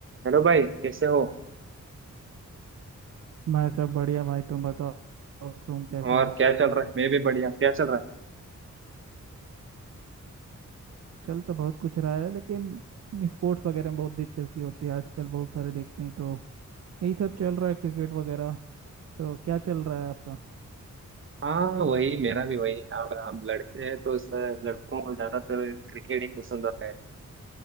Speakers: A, on the right; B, on the right.
A: Hello भाई कैसे हो
B: मैं सब बढ़िया भाई तुम बताओ तुम कैसे
A: और
B: हो
A: क्या चल रहा है मैं भी बढ़िया क्या चल रहा है
B: चल तो बहुत कुछ रहा है लेकिन स्पोर्ट्स वगैरह में बहुत दिलचस्पी होती है आजकल बहुत सारे देखते हैं तो यही सब चल रहा है क्रिकेट वगैरह तो क्या चल रहा है आपका
A: हाँ वही मेरा भी वही अब हम लड़के हैं तो सर लड़कों को ज्यादातर क्रिकेट ही पसंद आता है